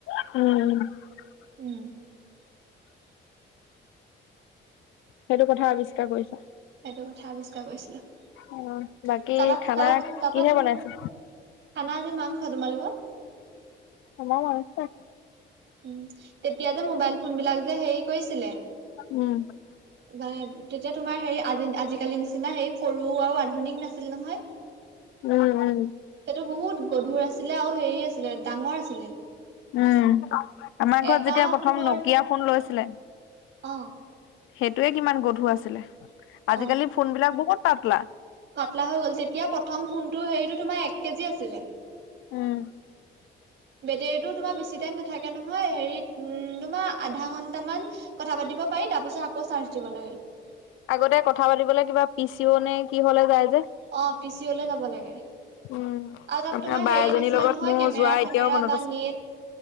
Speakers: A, on the left (about 80°); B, on the right (about 65°).
A: উম, উম।
B: <inaudible>
A: সেইটো কথা আৱিষ্কাৰ কৰিছা।
B: সেইটো কথা আৱিষ্কাৰ কৰিছিলো।
A: অ, বাকী
B: তাৰপা
A: খানা
B: তাৰপা তাৰপা
A: কিহে
B: তুম
A: বনাইছো?
B: খানা আজি মাংস, তোমালোকৰ?
A: আমাৰ মনছে।
B: উ, তেতিয়া যে মোবাইল ফোন বিলাক যে হেৰি কৰিছিলে।
A: উম।
B: বা, তেতিয়া তোমাৰ হেৰি আজি, আজিকালি নিচিনা হেই সৰু, আৰু আধুনিক নাছিল, নহয়।
A: উম উম
B: সেইটো বহুত গধুৰ আছিলে আৰু হেৰি আছিলে, ডাঙৰ আছিলে।
A: উম, আমাৰ
B: এটা
A: ঘৰত যেতিয়া প্ৰথম
B: ফোনৰ
A: নকিয়া ফোন লৈছিলে।
B: অ
A: সেইটয়ে কিমান গধু আছিলে,
B: অ
A: আজিকালি ফোন বিলাক বহুত পাতলা।
B: পাতলা হৈ গ'ল তেতিয়া প্ৰথম ফোনটোৰ হেৰিটো তোমাৰ এক কেজি আছিলে।
A: উম।
B: <unintelligible> দি'ব পাৰিকৌ চাৰ দি'ব লাগ
A: আগতে কথা পাতিবলে কিবা পিচিও নে কি হলে যায়। যে
B: অ, পিচি অলে যাব লাগে।
A: উম,
B: আৰু তাত
A: আমাৰ
B: তোমাৰ
A: বা
B: হেৰি
A: এজনীৰ
B: নাছিলে
A: লগত
B: নহয়,
A: মোৰ
B: কেমেৰা,
A: যোৱা
B: চেমেৰা
A: এতিয়াও মনত
B: বা
A: আছে।
B: নেট।